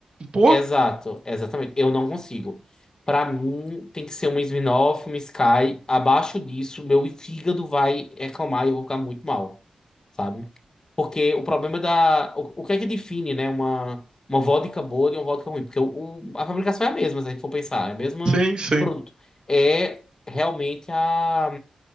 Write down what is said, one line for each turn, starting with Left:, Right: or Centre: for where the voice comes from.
Right: Pô,
Left: Exato, exatamente. Eu não consigo. Pra mim, tem que ser uma Smirnoff, uma Sky. Abaixo disso, meu fígado vai reclamar e eu vou ficar muito mal, sabe? Porque o problema da. O, o que é que define, né? Uma, uma vodka boa de uma vodka ruim? Porque o, o- a fabricação é a mesma, se a gente for pensar, é o mesmo
Right: sim, sim.
Left: produto. É realmente a,